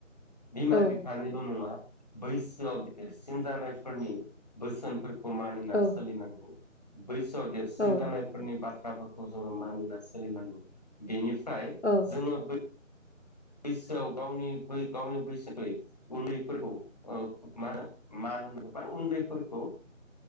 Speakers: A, on the left (about 30°); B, on the left (about 60°).
A: बिमा
B: औ
A: बिफानिल' नङा बैसोआव देरसिन जानायफोरनि बोसोनफोर खौ मानिना
B: औ
A: सोलिनांगौ बैसोआव देरसिन
B: औ
A: जानायफोरनि बाथ्राफोरखौ जोङो मानिना सोलिनांगौ बेनि फ्राय
B: औ
A: जोङो बै बैसोआव गावनि बै गावनि बैसो <unintelligible> न्दैफोरखौ मा होनो मा <unintelligible> उन्दैफोरखो